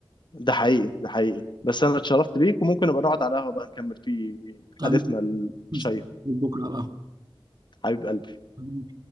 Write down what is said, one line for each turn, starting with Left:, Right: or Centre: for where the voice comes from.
Left: ده حقيقي ده حقيقي بس انا اتشرفت بيك وممكن نبقى نقعد على قهوه بقى نكمل فيه
Right: تمام
Left: حديثنا
Right: <laughs>
Left: الشيق
Right: بكره على القهوة
Left: حبيب قلبي
Right: تمام